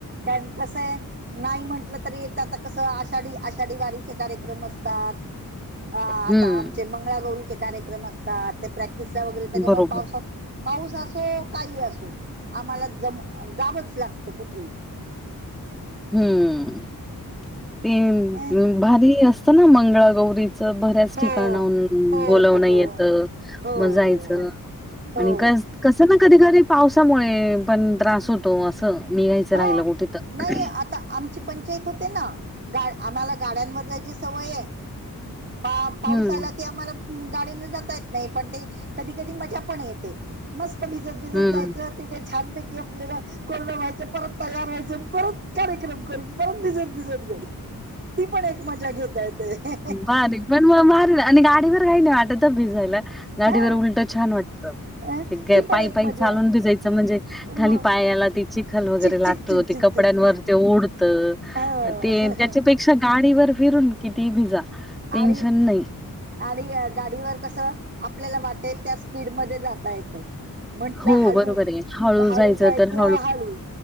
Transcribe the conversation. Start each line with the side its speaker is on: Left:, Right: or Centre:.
Right: कारण कसं ये. नाही म्हटलं तरी येत आता कसं, आषाढी आषाढी वारीचे कार्यक्रम असतात. अ आता
Centre: हम्म
Right: आमचे मंगळागौरीचे कार्यक्रम असतात. ते प्रॅक्टिसचा वगैरे त्यांच्यामुळे
Centre: बरोबर
Right: पावसांत पाऊस असो काही असो. आम्हाला जम जावंच लागतं कुठेही.
Centre: हम्म. ते
Right: अं,
Centre: भारी असतं ना मंगळागौरी चं बऱ्याच
Right: हो
Centre: ठिकाणाहून
Right: हो
Centre: बोलवण
Right: हो
Centre: येतं
Right: हो
Centre: मग जायचं.
Right: हो हो हो
Centre: आणि कसं- कसनक. कधी कधी पावसामुळे पण त्रास होतो. असं निघायचं
Right: हो
Centre: राहिलं कुठे तर,
Right: नाही आता आमची पंचायत होते ना, गा आम्हाला गाड्यांवर जायची सवय आहे. बा पाऊस
Centre: हम्म
Right: आला की आम्हाला. गाडीन जाता येत नाही. पण ते कधी कधी मजा पण येते. मस्त भिजत भिजत
Centre: हम्म
Right: जायचं. तिथे छानपैकी आपल्याला कोरडं व्हाय ते परत तयार व्हायचं, परत कार्यक्रम करून परत भिजत भिजत घरी. ती पण एक मजा घेता येते.
Centre: भारी पण म मार आणि गाडीवर काही नाही वाटत, भिजायला गाडीवर
Right: हा
Centre: उलट छान वाटत.
Right: अ
Centre: ते
Right: ती पण
Centre: पायी
Right: एक
Centre: पायी
Right: मजा
Centre: चालून
Right: आहे
Centre: भिजायचं म्हणजे, खाली
Right: मग
Centre: पायाला ती चिखल वगैरे
Right: चिक
Centre: लागतो
Right: चिक चिक
Centre: ते
Right: चिक
Centre: कपड्यांनवर,
Right: चिक
Centre: ते ओढत.
Right: हो
Centre: ते त्याच्यापेक्षा गाडीवर फिरून किती भिजा. टेन्शन
Right: आणि,
Centre: नाही
Right: आणि गाडीवर कसं, आपल्याला वाटेल त्या स्पीडमध्ये जाता येतं. म्हंटलं
Centre: हो
Right: हळू,
Centre: बरोबर आहे
Right: हळू जायचं
Centre: तर
Right: हळू.